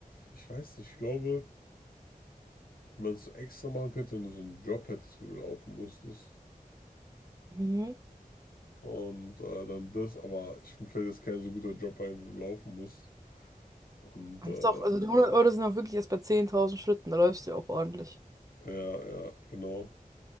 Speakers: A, on the left; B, on the right.
A: ich weiß nicht, ich glaube. wie man es extra machen könnte, wenn du so einen Job hättest, wo du laufen müsstest.
B: Mhm.
A: Und äh, dann das, aber ich, mir fällt jetzt kein so guter Job ein, wo du laufen musst. Und
B: Das
A: äh,
B: ist auch, also die 100 Euro sind auch wirklich erst bei 10.000 Schritten. Da läufst du ja auch ordentlich.
A: ja, ja, genau.